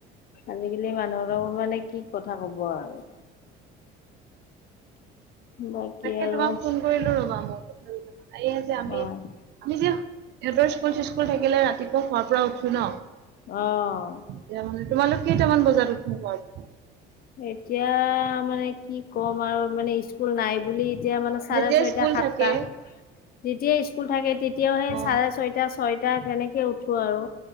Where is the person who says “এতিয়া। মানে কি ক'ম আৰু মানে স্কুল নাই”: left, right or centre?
Left